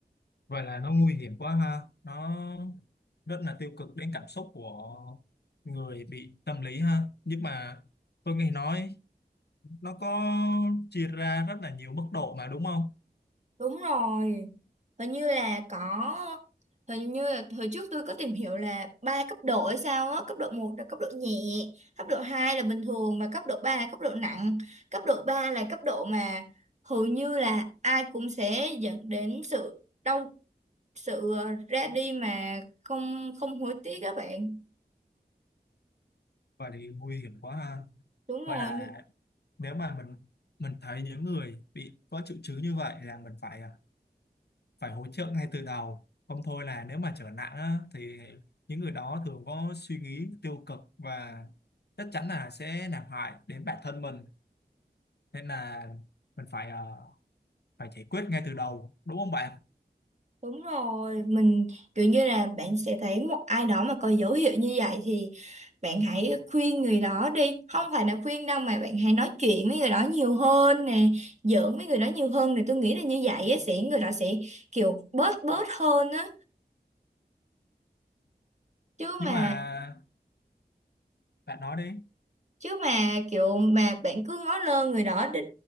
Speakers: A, on the left; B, on the right.
A: Vậy là nó nguy hiểm quá ha. Nó rất là tiêu cực đến cảm xúc của người bị tâm lý ha. Nhưng mà tôi nghe nói nó có chia ra rất là nhiều mức độ mà đúng không?
B: Đúng rồi. Hình như là có hình như là hồi trước tôi có tìm hiểu là ba cấp độ hay sao á, cấp độ một là cấp độ nhẹ, cấp độ 2 là bình thường và cấp độ 3 là cấp độ nặng. Cấp độ 3 là cấp độ mà hầu như là ai cũng sẽ dẫn đến sự đau sự ờ, ra đi mà không không hối tiếc các bạn.
A: Vậy thì nguy hiểm quá ha.
B: Đúng rồi,
A: Vậy là nếu mà mình mình thấy những người bị có triệu chứng như vậy là mình phải à, phải hỗ trợ ngay từ đầu. Không thôi là nếu mà trở nặng á, thì những người đó thường có suy nghĩ tiêu cực và chắc chắn là sẽ làm hại đến bản thân mình nên là mình phải ờ, phải giải quyết ngay từ đầu đúng không bạn
B: Đúng rồi, mình kiểu như là bạn sẽ thấy một ai đó mà có dấu hiệu như vậy thì bạn hãy khuyên người đó đi. Không phải là khuyên đâu mà bạn hãy nói chuyện với người đó nhiều hơn nè, giỡn với người đó nhiều hơn thì tôi nghĩ là như vậy á sẽ người đó sẽ kiểu bớt bớt hơn á. Chứ
A: nhưng
B: mà
A: mà bạn nói đi
B: chứ mà kiểu mà bạn cứ ngó lơ người đó đi-